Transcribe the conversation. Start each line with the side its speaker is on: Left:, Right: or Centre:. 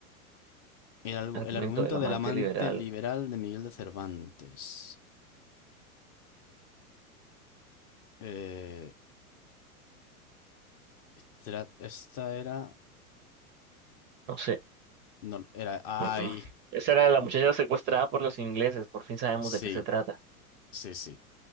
Left: El, algu-
Right: Argumento
Left: el argumento
Right: del amante
Left: del amante
Right: liberal.
Left: liberal de Miguel de Cervantes. Eh, estra- esta, era...
Right: No sé,
Left: No, era... Ay.
Right: Uh-uh. Esa era la
Left: mm,
Right: muchacha secuestrada por los ingleses, por fin sabemos
Left: Sí,
Right: de qué se trata.
Left: sí, sí.